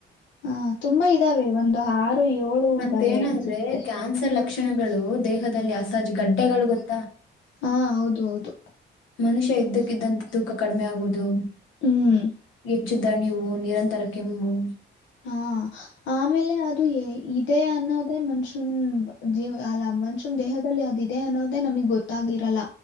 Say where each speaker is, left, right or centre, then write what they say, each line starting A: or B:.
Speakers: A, on the left; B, on the left.
A: ಹ
B: <unintelligible>
A: ತುಂಬಾ ಇದಾವೆ ಒಂದು ಆರು ಏಳು
B: ಮತ್ತೇನಂದ್ರೆ
A: ಇದಾವೆ ಅನ್ಸುತ್ತೆ
B: ಕ್ಯಾನ್ಸರ್ ಲಕ್ಷಣಗಳು ಅವು ದೇಹದಲ್ಲಿ ಅಸಹಜ ಗಡ್ಡೆಗಳು ಗೊತ್ತಾ?
A: ಹಾ ಹೌದು ಹೌದು
B: ಮನುಷ್ಯ ಇದ್ದಕ್ಕಿದ್ದಂತೆ ತೂಕ ಕಡಿಮೆ ಆಗುವುದು
A: ಹ್ಮ್
B: ಹೆಚ್ಚಿದ್ದ ನೀವು ನಿರಂತರ ಕೆಮ್ಮು
A: ಹಾ ಆಮೇಲೆ ಅದು ಇದೆ ಅನ್ನೋದೇ ಮನ್ಷ್ಯನ್ ಜೀವ ಅಲ್ಲ ಮನ್ಷ್ಯನ್ ದೇಹದಲ್ಲಿ ಅದ ಇದೆ ಅನ್ನೋದೇ ನಮಗ್ ಗೊತ್ತಾಗಿರಲ್ಲ